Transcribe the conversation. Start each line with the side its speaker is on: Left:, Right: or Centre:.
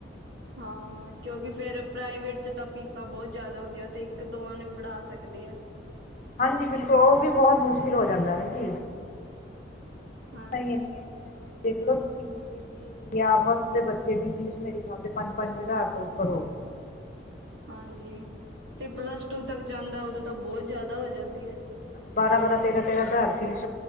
Right: ਹਾਂ ਕਿਉਂਕਿ ਫੇਰ ਪ੍ਰਾਈਵੇਟ ਚ ਤਾਂ ਫੀਸਾਂ ਬਹੁਤ ਜ਼ਿਆਦਾ ਹੁੰਦੀਆਂ। ਇੱਕ ਦੋਵਾਂ ਨੂੰ ਪੜ੍ਹਾ ਸਕਦੇ ਆ।
Left: ਹਾਂਜੀ ਬਿਲਕੁਲ ਉਹ ਵੀ ਬਹੁਤ ਮੁਸ਼ਕਿਲ ਹੋ ਜਾਂਦਾ ਨਾ ਜੀ। ਪੀਸ
Right: ਹਾਂਜੀ
Left: ਤਾਂ ਇਹ ਐਨੀਆਂ ਨੇ ਦੇਖਲੋ ਤੁਸੀਂ ਯੂਕੇ ਜਾਂ ਫਸਟ ਦੇ ਬੱਚੇ ਦੀ ਫੀਸ ਮੇਰੇ ਖਿਆਲ ਤੇ ਪੰਜ, ਪੰਜ ਹਜ਼ਾਰ ਤੋਂ ਉੱਪਰ ਹੋਉਗੀ।
Right: ਹਾਂਜੀ ਤੇ ਪਲੱਸ ਟੂ ਤੱਕ ਜਾਂਦਾ ਉਦੋਂ ਤਾਂ ਬਹੁਤ ਜ਼ਿਆਦਾ ਹੋ ਜਾਂਦੀ ਹੈ।
Left: ਹਾਂਜੀ ਬਾਰਾਂ ਬਾਰਾਂ ਤੇਰਾਂ ਤੇਰਾਂ ਹਜ਼ਾਰ ਫੀਸ